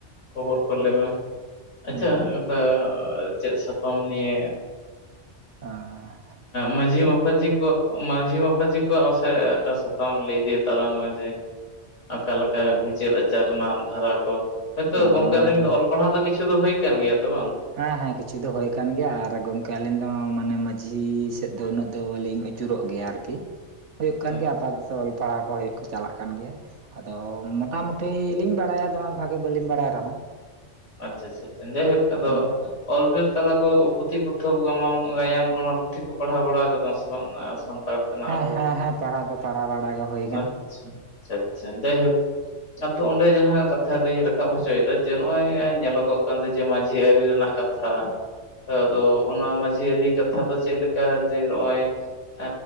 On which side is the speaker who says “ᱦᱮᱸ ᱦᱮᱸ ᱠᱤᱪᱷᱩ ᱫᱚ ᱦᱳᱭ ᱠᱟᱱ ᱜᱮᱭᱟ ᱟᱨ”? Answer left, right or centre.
Right